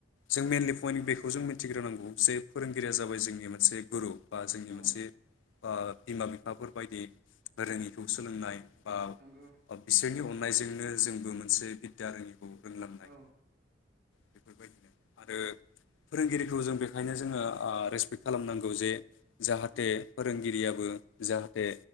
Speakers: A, on the left (about 75°); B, on the right (about 60°).
A: जों मेइनलि पइन्ट
B: औ
A: बेखौ जों मिथिग्रोनांगौ जे फोरोंगिरिया जाबाय जोंनि मोनसे गुरु बा जोंनि
B: औ
A: मोनसे बिमा बिफाफोर बायदि
B: उम
A: रोङैखौ सोलोंनाय बा
B: नंगौ
A: बिसोरनि अन नायजोंनो जोंबो मोनसे बिदि आरो रोंनाय
B: औ
A: बेफोरबायदिनो आरो फोरोंगिरिखौ जों बेखायनो जोङो ओ रेसपेक्ट खालामनांगौ जे जाहाथे
B: उम
A: फोरोंगिरियाबो जाहाथे